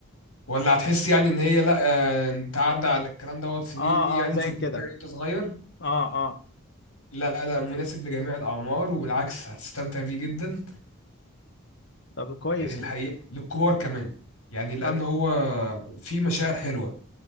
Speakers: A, on the left; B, on the left.
A: ولا هتحس يعني ان هي لا آه، انت عدى على الكلام دوت سنين
B: اه
A: يعني
B: اه زي
A: فوت
B: كده
A: تتفرج عليه وانت صغير
B: اه اه
A: لا لا مناسب لجميع الأعمار وبالعكس هتستمتع بيه جدا
B: طب كويس
A: الحقيقة للكبار كمان يعني لأن
B: طب
A: هو فيه مشاعر حلوة